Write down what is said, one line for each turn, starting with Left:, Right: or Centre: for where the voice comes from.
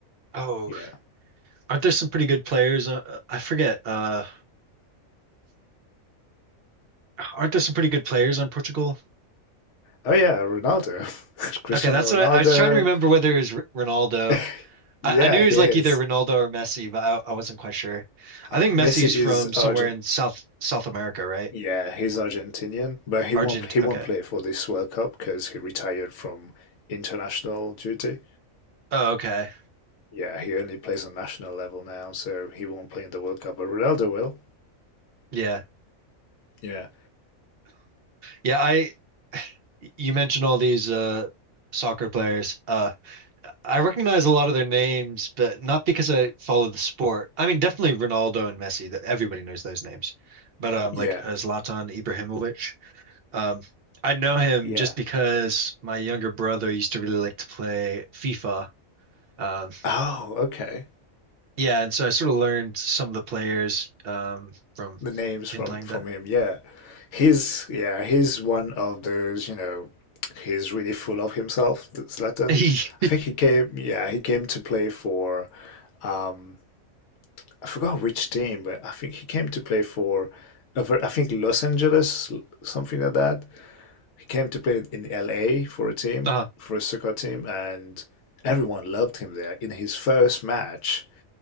Right: Oh,
Left: Yeah.
Right: Aren't there some pretty good players? Uh, uh, I forget. Uh, aren't there some pretty good players on Portugal?
Left: Oh yeah, Ronaldo, <laughs> Cristiano
Right: Okay, that's what
Left: Ronaldo.
Right: I, I was trying to remember whether it was R Ronaldo.
Left: <laughs> Yeah,
Right: I, I knew he
Left: he
Right: was
Left: is.
Right: like either Ronaldo or Messi, but I, I wasn't quite sure. I
Left: Uh,
Right: think
Left: Messi
Right: Messi's
Left: is
Right: from somewhere
Left: Argent.
Right: in South South America, right?
Left: Yeah, he's Argentinian, but he
Right: Argent.
Left: won't he won't
Right: Okay.
Left: play for this World Cup because he retired from international duty.
Right: Oh, okay.
Left: Yeah, he only plays on national level now, so he won't play in the World Cup, but Ronaldo will.
Right: Yeah.
Left: Yeah.
Right: Yeah. I you mentioned all these uh soccer players. Uh, I recognize a lot of their names, but not because I follow the sport. I mean, definitely Ronaldo and Messi, that everybody knows those names. But um
Left: Yeah.
Right: like uh, Zlatan Ibrahimovic, um I know him
Left: Yeah.
Right: just because my younger brother used to really like to play FIFA. Um
Left: Oh, okay.
Right: yeah, and so I sort of learned some of the players um from
Left: The names from
Right: him playing
Left: from
Right: that.
Left: him. Yeah. He's yeah, he's one of those, you know, he's really full of himself, th- Zlatan.
Right: <laughs>
Left: I think he came yeah, he came to play for um I forgot which team, but I think he came to play for uh, For I think Los Angeles, l- something like that. He came to play in LA for a team,
Right: uh,
Left: for a soccer team, and everyone loved him there. In his first match,